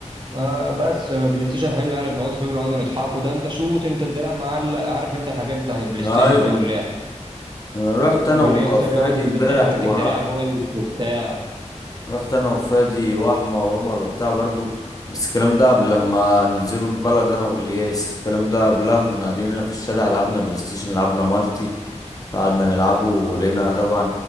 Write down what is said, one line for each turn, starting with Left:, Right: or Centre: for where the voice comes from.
Right: آه بس بلاي ستيشن حلو يعني بنقعدوا فيه بنقعدوا نضحكوا ده انت شوت انت الدراع معلق عارف انت الحاجات بتاعت البلاي ستيشن
Left: ايوه
Right: دي واللعب
Left: انا رحت انا
Right: واللي يختار
Left: وفادي
Right: يقعد يقول
Left: امبارح
Right: له التاني انت
Left: و
Right: الدراع بايظ وبتاع
Left: رحت انا وفادي واحمى وعمر وبتاع برضو بس الكلام ده قبل لما ننزلوا البلد انا والياس الكلام ده قبلها كنا قاعدين هنا في الشارع لعبنا بلاي ستيشن لعبنا مالتي فقعدنا نلعبه ولقينا طبعا